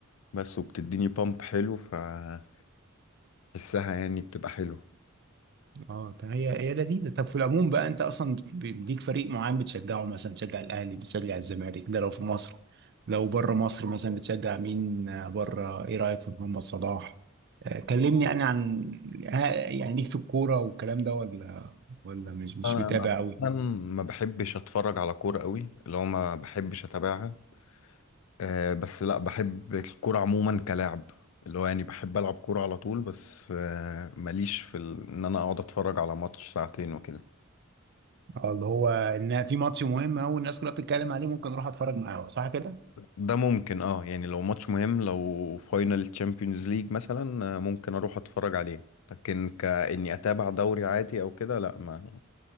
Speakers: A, on the left; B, on the right.
A: بس وبتديني بامب حلو فبحسها يعني بتبقى حلو
B: اه طيب هي هي لذيذه طب في العموم بقى انت اصلا بت- ب- ليك فريق معين بتشجعه مثلا بتشجع الاهلي بتشجع الزمالك ده لو في مصر لو بره مصر مثلا بتشجع مين آه، بره ايه رايك في محمد صلاح آه، كلمني يعني عن ها- يعني ليك في الكوره والكلام ده ولا ولا مش مش
A: انا
B: متابع قوي
A: أنا ما بحبش اتفرج على كورة قوي اللي هو ما بحبش اتابعها أه بس لا بحب الكورة عموما كلاعب اللي هو يعني بحب العب كورة على طول بس أه ماليش في ال... ان انا اقعد اتفرج على ماتش ساعتين وكده
B: اه اللي هو ان في ماتش مهم قوي الناس كلها بتتكلم عليه ممكن اروح اتفرج معاهم صح كده
A: ده ممكن اه يعني لو ماتش مهم لو فاينل تشامبيونز ليج مثلا آه، ممكن اروح اتفرج عليه لكن كاني اتابع دوري عادي او كده لا ما